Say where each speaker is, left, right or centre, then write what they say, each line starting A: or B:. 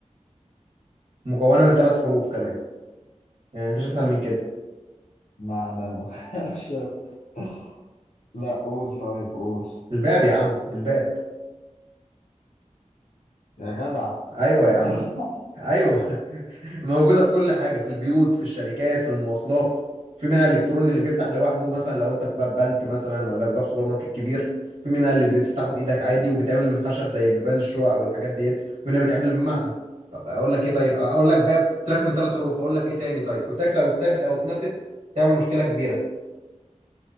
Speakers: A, on the right; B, on the left.
A: مكونة من ثلاث حروف كمان يعني مفيش أسهل من كده
B: معدن وخشب <laughs> لا قول طيب قول
A: الباب يا عم الباب
B: يا جدع
A: أيوة
B: يا
A: يا
B: جدع
A: عم ايوه <laughs> موجوده في كل حاجه في البيوت في الشركات في المواصلات في منها الالكتروني اللي بيفتح لوحده مثلا لو انت في باب بنك مثلا ولا في باب سوبر ماركت كبير في منها اللي بتفتحه بايدك عادي وبيتعمل من خشب زي بيبان الشقق او الحاجات ديت في منها بيتعمل من معدن طب اقول لك ايه طيب اقول لك باب قلت لك من ثلاث حروف اقول لك ايه تاني طيب قلت لك لو اتثابت او اتنست تعمل مشكله كبيره